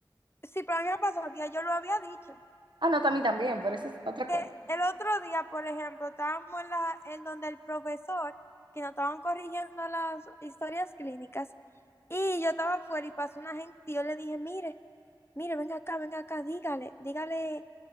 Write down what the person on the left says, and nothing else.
Sí, pero a mí me pasó que ya yo lo había dicho.
Que
el otro día, por ejemplo, estábamos en, la, en donde el profesor, que nos estaban corrigiendo las historias clínicas, y yo estaba afuera y pasó una gente y yo le dije, mire, mire, venga acá, venga acá, dígale, dígale,